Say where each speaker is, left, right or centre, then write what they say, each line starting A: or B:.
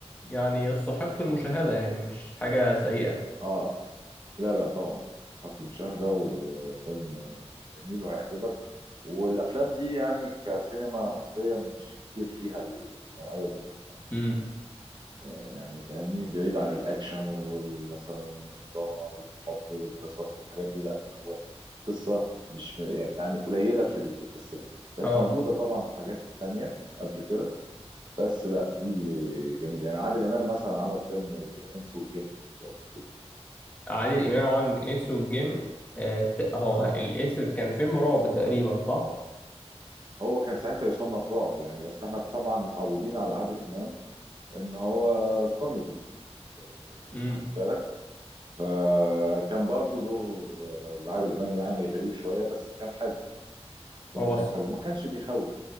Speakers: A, on the left; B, on the right.
A: يعني يستحق المشاهدة يعني مش حاجة سيئة
B: اه لا لا طبعا يستحق المشاهده وفيلم جميل وهيعجبك والافلام دي يعني كسينما مصريه مش كتير فيها النوعيه دي من الافلام
A: مم.
B: آه، يعني فاهمني بعيد عن الاكشن ومثلا الدراما والحب والقصص والحاجات دي لا هو قصه مش م- يعني قليله في ال- في السينما كانت
A: آه
B: موجوده طبعا في حاجات تانية قبل كده بس لا دي جميله يعني عادل امام مثلا عمل فيلم الانس والجن لو تفتكر
A: عادل إمام عامل الإنس والجن آه ت- هو ه-
B: اه
A: الإنس كان فيلم رعب تقريبا صح؟
B: هو كان ساعتها يصنف رعب يعني بس احنا طبعا متعودين على عادل امام ان هو كوميدي آه،
A: مم.
B: واخد بالك فكان برضو دور آه، لعادل امام يعني غريب شويه بس كان حلو الفيلم
A: هو
B: كان
A: ص-
B: حلو وما كانش بيخوف